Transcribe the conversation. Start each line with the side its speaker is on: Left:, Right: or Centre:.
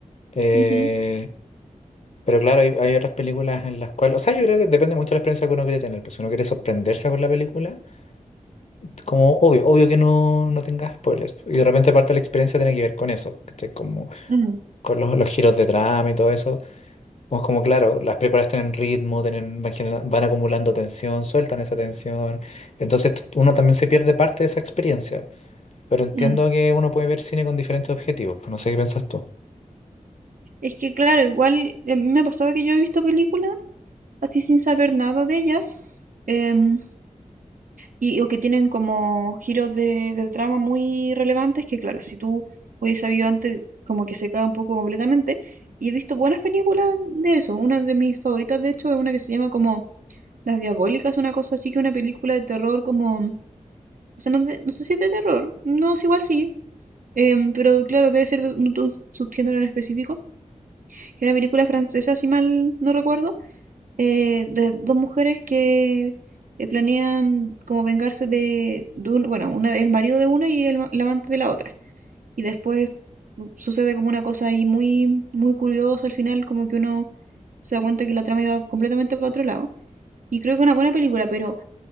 Left: Eh,
Right: Ujú,
Left: pero claro, hay, hay otras películas en las cuales, o sea, yo creo que depende mucho de la experiencia que uno quiere tener, pues si uno quiere sorprenderse con la película, es como obvio, obvio que no, no tengas spoilers, y de repente parte de la experiencia tiene que ver con eso, ¿cachai? Como
Right: ujú,
Left: con los, los giros de trama y todo eso, como, como claro, las películas tienen ritmo, tienen, van, genera- van acumulando tensión, sueltan esa tensión, entonces t- uno también se pierde parte de esa experiencia, pero entiendo
Right: mm.
Left: que uno puede ver cine con diferentes objetivos, pues no sé qué piensas tú.
Right: Es que claro, igual eh, me ha pasado que yo he visto películas así sin saber nada de ellas, em, Y, o que tienen como giros de, de trama muy relevantes que, claro, si tú hubieses sabido antes, como que se cae un poco completamente. Y he visto buenas películas de eso. Una de mis favoritas, de hecho, es una que se llama como Las Diabólicas, una cosa así que una película de terror como... O sea, no, de- no sé si es de terror. No, es igual sí. Em, pero claro, debe ser de un, de un subgénero en específico. Que es una película francesa, si mal no recuerdo eh, de dos mujeres que eh, planean como vengarse de, de un- bueno, una, el marido de una y el, ma- el amante de la otra. Y después u- sucede como una cosa ahí muy, muy curiosa al final, como que uno se da cuenta que la trama iba completamente para otro lado. Y creo que es una buena película, pero